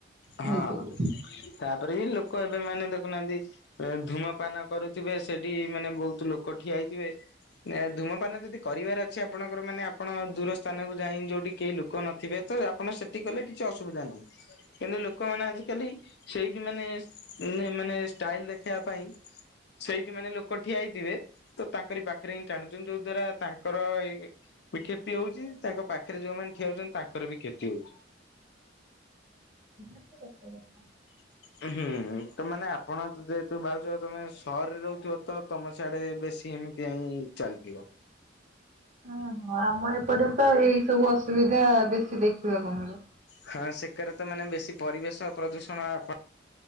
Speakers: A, on the left; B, on the right.
A: ହଁ
B: କରିପାରିବ।
A: ତାପରେ ବି ଲୋକ ଏବେ ମାନେ ଦେଖୁନାହାନ୍ତି ଏ ଧୂମପାନ କରୁଥିବେ ସେଠି ମାନେ ବହୁତ ଲୋକ ଠିଆ ହେଇଥିବେ। ନା ଧୂମପାନ ଯଦି କରିବାର ଅଛି ଆପଣଙ୍କର ମାନେ ଆପଣ ଦୂର ସ୍ଥାନକୁ ଯାଇ ଯୋଉଠି କେହି ଲୋକ କ ନଥିବେ ତ ଆପଣ ସେଠି କଲେ କିଛି ଅସୁବିଧା ନାହିଁ। କିନ୍ତୁ ଲୋକମାନେ ଆଜିକାଲି ସେଇଠି ମାନେ ନେ ମାନେ ଷ୍ଟାଇଲ ଦେଖିଆ ପାଇଁ ସେଇଠି ମାନେ ଲୋକ ଠିଆ ହେଇଥିବେ। ତ ତାଙ୍କରି ପାଖରେ ହିଁ ଟାଣୁଚନ୍ତି ଯୋଉ ଦ୍ଵାରା ତାଙ୍କର ଏ ବି କ୍ଷତି ହଉଚି ତାଙ୍କ ପାଖରେ ଯୋଉମାନେ ଠିଆ ହୋଉଚନ୍ତି ତାଙ୍କର ବି କ୍ଷତି ହଉଚି।
B: ଉ ସତ କଥା।
A: <inaudible> ହୁଁ ତୁ ମାନେ ଆପଣ ତ ଯେହେତୁ ଭାଉଜ ତମେ ସହରରେ ରହୁଥୁବ ତ ତମ ସିଆଡେ ବେଶୀ ଏମି ତିଆ ହିଁ ଚାଲିଥିବ।
B: ହଁ ହଁ ଆମ ଏପଟେ ତ ଏଇ ସବୁ ଅସୁବିଧା ବେଶୀ ଦେଖିବାକୁ ମିଳେ।
A: ଖାସ୍ ଏକରେ ତ ମାନେ ବେଶୀ ପରିବେଶ ପ୍ରଦୂଷଣ ଆପ